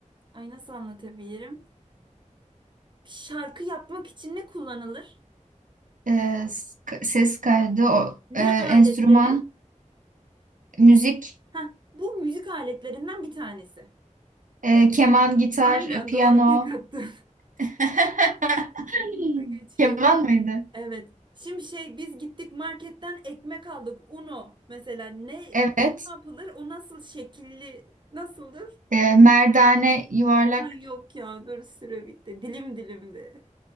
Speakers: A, on the right (about 35°); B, on the right (about 80°).
A: ay nasıl anlatabilirim? Şarkı yapmak için ne kullanılır?
B: Ee, s- ses kaydı, o,
A: Ne
B: e, enstrüman,
A: aletleri?
B: müzik,
A: Heh, bu müzik aletlerinden bir tanesi.
B: e, keman, gitar,
A: Aynen
B: e, piyano.
A: doğru tek attın.
B: <laughs>
A: <laughs> Bunu da geçiyorum.
B: Keman mıydı?
A: Evet. Şimdi şey biz gittik marketten ekmek aldık. Uno mesela ne
B: Evet.
A: ne yapılır? O nasıl şekilli nasıldır?
B: E, merdane, yuvarlak.
A: Ay yok ya dur süre bitti. Dilim dilimdi.